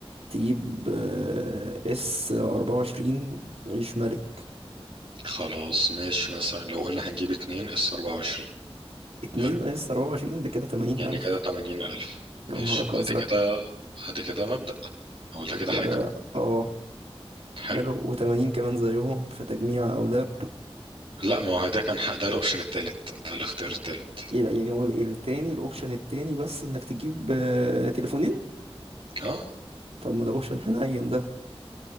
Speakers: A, on the right; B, on the right.
A: تجيب آه، اس 24 عيش ملك
B: خلاص ماشي مثلا لو قلنا هنجيب اتنين اس 24
A: اتنين
B: حلو
A: اس 24 ده كده 80000
B: يعني كده 80000 ماشي
A: يا نهارك ازرق
B: ادي كده ادي كده مبدأ او ده
A: ده
B: كده
A: كده
B: حاجه
A: اه
B: حلو
A: حلو و80 كمان زيهم في تجميع او لاب
B: لا ما هو ده كان ح- ده الاوبشن التالت ده الاختيار التالت
A: إيه لا، يعني هو ال- التاني الاوبشن التاني بس انك تجيب آه، تليفونين
B: اه
A: طب ما ده اوبشن حنين ده